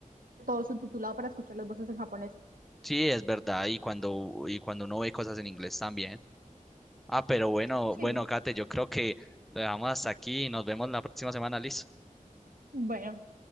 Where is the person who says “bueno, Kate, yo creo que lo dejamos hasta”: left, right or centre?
Centre